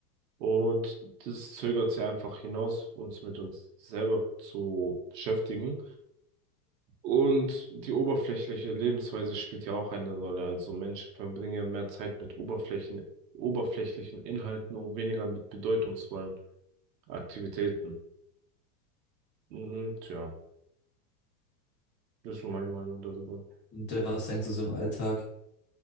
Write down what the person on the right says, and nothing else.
Und das zögert sie einfach hinaus, uns mit uns selber zu beschäftigen. Und die oberflächliche Lebensweise spielt ja auch eine Rolle. Also Menschen verbringen ja mehr Zeit mit Oberflächen, oberflächlichen Inhalten und weniger mit bedeutungsvollen Aktivitäten. Und ja, das ist so meine Meinung darüber.